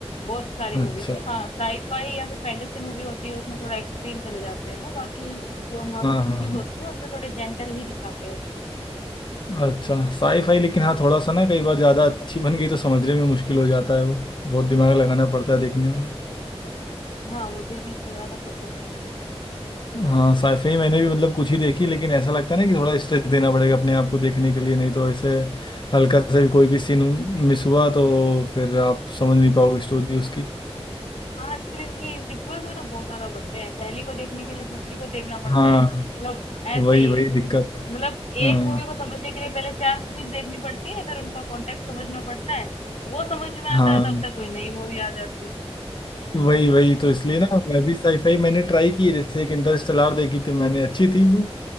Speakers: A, on the left; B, on the left.
A: बहुत सारी
B: अच्छा
A: मूवीज में हाँ साईफाई या फिर फैंटेसी मूवी होती है उसमें थोड़ा एक्सट्रीम चले जाते हैं वो बाकी जो नॉर्मल
B: हाँ हाँ
A: मूवीज होती है उनमें थोड़े जेंटल ही दिखाते हैं उनको
B: हाँ अच्छा साई फाई लेकिन हाँ थोड़ा सा ना कई बार ज़्यादा अच्छी बन गई तो समझने में मुश्किल हो जाता है वो बहुत दिमाग लगाना पड़ता है देखने में
A: हाँ मुझे भी इतने ज्यादा पसंद नहीं है
B: हाँ साइफाई मैंने भी मतलब कुछ ही देखी लेकिन ऐसा लगता है ना कि थोड़ा स्ट्रेस देना पड़ेगा अपने आप को देखने के लिए नहीं तो ऐसे हल्का से भी कोई भी सीन मिस हुआ तो फिर आप समझ नहीं पाओगे स्टोरी उसकी
A: हाँ आजकल इनकी सीक्वल्स भी तो बहुत ज्यादा बनते हैं पहली को देखने के लिए दूसरी को देखना पड़ता
B: हाँ
A: है मतलब ऐसे
B: वही
A: ही।
B: वही दिक्कत है
A: मतलब
B: हाँ
A: एक मूवी को समझने के लिए पहले चार मूवीज देखनी पड़ती है फिर उनका कॉन्टेक्स्ट समझना पड़ता है वो समझ में आता
B: हाँ
A: है तब तक कोई नई मूवी आ जाती है
B: वही
A: कुछ समझ
B: वही
A: ही नहीं
B: तो इसलिए
A: आता
B: ना मैं भी साईफाई मैंने ट्राई की है जैसे एक इंटरस्टेलर देखी थी मैंने अच्छी थी वो